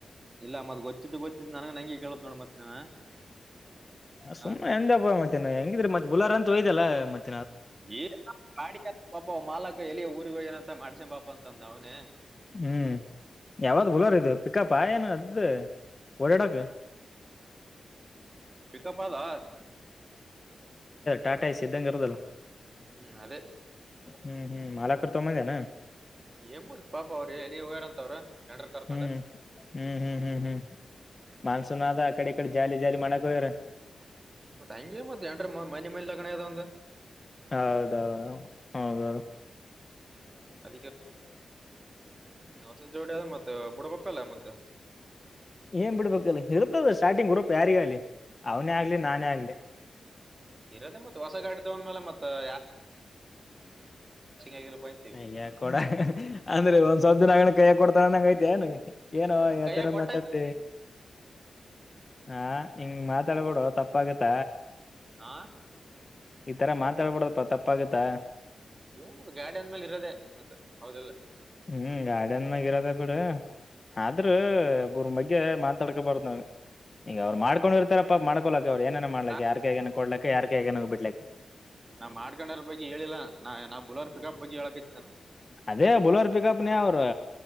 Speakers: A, on the right; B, on the left.
A: ಇಲ್ಲ ಮತ್ ಗೊತ್ತಿದ್ದು ಗೊತ್ತಿದ್ದು ನನಗ ನಂಗೆ ಕೇಳತ್ ನೋಡ್ ಮತ್ ನೀವ
B: ಹ ಸುಮ್ಮನೆ
A: ಆ?
B: ಎಂದಪ್ಪ ಮತ್ತೆ ಹೆಂಗಿದ್ರಿ ಮತ್ತತ್ ಬುಲಾರ ಅಂತ ಹೋಯ್ದಲ್ಲ ಮತ್ತೆ
A: ಈ ಮಾಡ ಪಾಪ ಮಾಲಕ್ಕ ಎಲ್ಲಿ ಊರಿಗ ಏನಂತ ಮಾಡ್ಸ ಪಾಪ ಅಂತಂದ ಅವನ
B: ಹ್ಮ್ ಯಾವ್ದ ಬುಲೋರ್ ಇದು ಪಿಕಪ್ ಆ ಏನು ಅದು ಓಡಾಡಕ್
A: ಪಿಕಪ್ಪಾಲಾ.
B: ಟಾಟಾಯಸಿದಂಗ್ ಇರದಲ
A: ಹ್ಮ್ ಅದೇ
B: ಹ್ಮ್ ಹ್ಮ್ ಮಾಲ ಕೊಡ್ದು ತಗೋಬಂದಿ ಏನು.
A: ಏನ್ ಮಾಡುತ್ ಪಾಪ ಅವ್ರ ಏ ಎಲ್ಲಿಗ ಹೊಗೆರಾಂತ್ ಅವ್ರು ನೆಂಟ್ರು ಕರ್ಕಂಡು.
B: ಹ್ಮ್ ಹ್ಮ್ ಹ್ಮ್ ಹ್ಮ್ ಹ್ಮ್ ಮಾನ್ಸೂನ್ ಆದ ಅಕಡ್ ಇಕಡಿ ಜಾಲಿ ಜಾಲಿ ಮಾಡಕೊಗೆರೆ.
A: ಮತ್ ಹಂಗೆ ಮತ್ತೆ ಎಂಡ್ರ ಮನ್ ಮೈನ್ ಲಗಣಗೆದ್ ಅವಂಗ.
B: ಹೌದ ಹೌದ.
A: ಅದಿಕೆ ಹ್ಮ್ ಹೊಸ ಜೋಡೆಲ ಮತ್ತೆ ಬುಡ್ ಲಕಲಯ ಮ್ದ
B: ಏನ್ ಬಿಡ್ಬೇಕಲ್ಲ ಇರ್ತದ ಸ್ಟಾರ್ಟಿಂಗ್ ಗ್ರೂಪ್ ಯಾರಿಗ ಆಲಿ ಅವ್ನೇ ಆಗ್ಲಿ ನಾನೇ ಆಗ್ಲಿ
A: ಇರದೇ ಮತ್ತತ್ ಹೊಸ ಗಾಡಿದ ಒಂದ ಮೇಲೆ ಮತ್ತತ್ ಆಗಿಲ್ಲಪ್ಪ ಅಂತೀವಿ
B: ಅಯ್ಯ ಕೊಡ ಅಂದ್ರೆ ಒಂದ್ ಸ್ವಪ ದಿನ ಆಣ ಕೈ ಕೊಡ್ತಾರಂಗ ಐತೆಏಾನ ಏನ
A: ಏನ್ ಮತ್
B: ಯಾವತರ
A: ಕೈಯ ಕೊಟ್ಟ
B: ಮಾತಾಡ್ತೆ ಹ ಹಿಂಗ ಮಾತಾಡ್ಬೊಡು ತಪ್ಪಾಗತ್ತ
A: ಹಾ
B: ಇತರ ಮಾತಾಡ್ಬೋಡ ತ ತಪ್ಪಾಗುತ್ತಾ.
A: ಏನ್ ಮಾಡದು ಗಾಡಿ ಅಂದ್ಮೇಲೆ ಇರೋದೆೇ ಮತ್ತೆ ಹೌದಿಲ್ಲ.
B: ಹ್ಮ್ ಗಾರ್ಡನಗ್ ಇರದೆ ಬಿಡು. ಆದ್ರ ಒಬ್ರುಮ್ ಬಗ್ಗೆ ಮಾತಾಡ್ಕೊಬಾರ್ದ್ ನಾವು ಈಗ ಅವ್ರು ಮಾಡ್ಕೊಂಡಿರ್ತಾರಪ ಮಾಡ್ಕೊಳ್. ಅವ್ರು ಏನನ ಮಾಡ್ಲಕೆ
A: ನಾ
B: ಯರ್ ಕೈಗೆನ ಕೊಡ್ಲಾಕೆ ಯರ್ ಕೈಗೆನ ಬಿಡ್ಲಕ್ಕೆ.
A: ನನ್ ಮಡ್ಕೆಂಡರ್ ಬಗ್ಗೆ ಹೇಳಿಲ್ಲಾ ನಾ ಬುಲರ್ ಪಿಕಪ್ ಬಗ್ಗೆ ಹೇಳಕತಿ ನಾನ.
B: ಅದೇ ಬಲರ್ ಪಿಕಪ್ನೆ ಅವ್ರು.